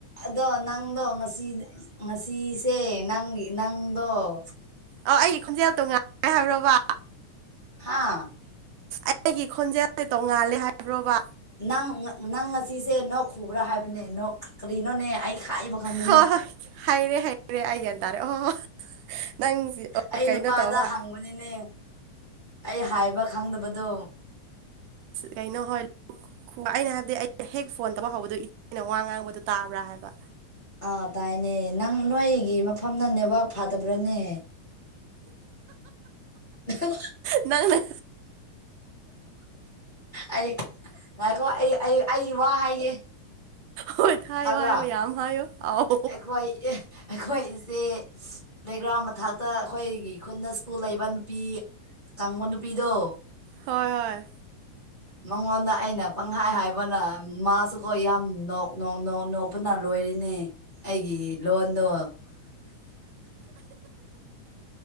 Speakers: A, on the left; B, on the right.
A: ꯑꯗꯣ ꯅꯪꯗꯣ ꯉꯁꯤ ꯉꯁꯤꯁꯦ ꯅꯪꯒꯤ ꯅꯪꯗꯣꯝ
B: ꯑ ꯑꯩꯒꯤ ꯈꯣꯟꯖꯦꯜ ꯇꯣꯉꯥꯏꯉꯦ ꯍꯥꯏꯕ꯭ꯔꯣꯕ
A: ꯍꯥꯥ
B: ꯑꯩꯒꯤ ꯈꯣꯟꯖꯦꯜꯁꯦ ꯇꯧꯉꯥꯜꯂꯦ ꯍꯥꯏꯕ꯭ꯔꯣꯕ
A: ꯅꯪ ꯅꯪ ꯉꯁꯤꯁꯦ ꯅꯣꯛ ꯈꯨꯕ꯭ꯔꯥ ꯍꯥꯏꯕꯅꯦ ꯅ ꯀꯔꯤꯅꯣꯅꯦ ꯑꯩ ꯈꯥꯏꯕ ꯈꯪꯗꯦꯅꯦ
B: ꯍ ꯍꯣꯏ ꯍꯩꯔꯦ ꯍꯩꯔꯦ ꯑꯩꯒꯟ ꯇꯥꯔꯦ ꯑꯣ ꯅꯪꯁꯤ ꯑꯣ
A: ꯑꯩ
B: ꯀꯩꯅꯣ
A: ꯅꯨꯄꯥꯗ
B: ꯇꯧꯕ
A: ꯍꯪꯕꯅꯤꯅꯦ ꯑꯩ ꯍꯥꯏꯕ ꯈꯪꯗꯕꯗꯣ
B: ꯀꯩꯅꯣ ꯍꯣꯏꯜ ꯑꯩꯅ ꯍꯥꯏꯕꯗꯤ ꯑꯩ ꯍꯦꯛ ꯐꯣꯟ ꯇꯧꯕ ꯍꯧꯕꯗꯣ ꯏꯦꯩꯅ ꯋꯥ ꯉꯥꯡꯕꯗꯨ ꯇꯥꯕ꯭ꯔꯥ ꯍꯥꯏꯕ
A: ꯑꯥ ꯇꯥꯏꯅꯦ ꯅꯪ ꯅꯣꯏꯒꯤ ꯃꯐꯝꯅ ꯅꯦꯠꯋꯥꯛ ꯐꯥꯗꯕ꯭ꯔꯅꯦ ꯎ
B: ꯅꯪꯅ
A: ꯑꯩ ꯉꯥꯏꯈꯣ ꯑꯩ ꯑꯩ ꯑꯩ ꯏꯃꯥ ꯍꯥꯏꯒꯦ
B: ꯍꯣꯏ ꯍꯥꯏꯌꯣ
A: ꯇꯥꯕ꯭ꯔꯥ
B: ꯍꯥꯏꯌꯣ ꯌꯥꯝ ꯍꯥꯏꯌꯣ ꯑꯥꯎ
A: ꯑꯩꯈꯣꯏ ꯑꯩꯈꯣꯏ ꯏꯁꯦ ꯄ꯭ꯂꯦꯒ꯭ꯔꯥꯎꯟ ꯃꯊꯥꯛꯇ ꯑꯩꯈꯣꯏꯒꯤ ꯈꯨꯟꯗ ꯁ꯭ꯀꯨꯜ ꯂꯩꯕ ꯅꯨꯄꯤ ꯀꯥꯡꯪꯕ ꯅꯨꯄꯤꯗꯣ
B: ꯍꯣꯏ ꯍꯣꯏ
A: ꯃꯉꯣꯟꯗ ꯑꯩꯅ ꯄꯪꯈꯥꯏ ꯍꯥꯏꯕꯅ ꯃꯥꯁꯨꯀꯣ ꯌꯥꯝ ꯅꯣꯛ ꯅꯣꯛ ꯅꯣꯛ ꯅꯣꯛ ꯄꯨꯟꯅ ꯂꯣꯏꯔꯤꯅꯦ ꯑꯩꯒꯤ ꯂꯣꯟꯗꯣ